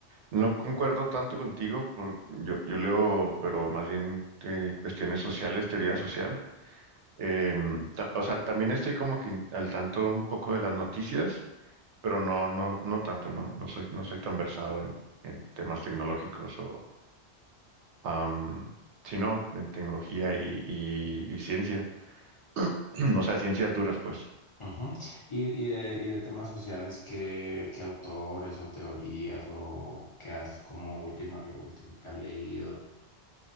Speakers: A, on the right; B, on the left.
A: no concuerdo tanto contigo. por- yo, yo leo, pero más bien eh, cuestiones sociales, teoría social. Em, ta- o sea, también estoy como que al tanto un poco de las noticias, pero no, no, no tanto, no, no soy, no soy tan versado en, en temas tecnológicos o, am, sino en tecnología y, y y ciencia. <clears throat> o sea, ciencias duras, pues.
B: Ujú. Y, y de, y de temas sociales, ¿qué, qué autores o teorías o qué has como última, lo último que has leído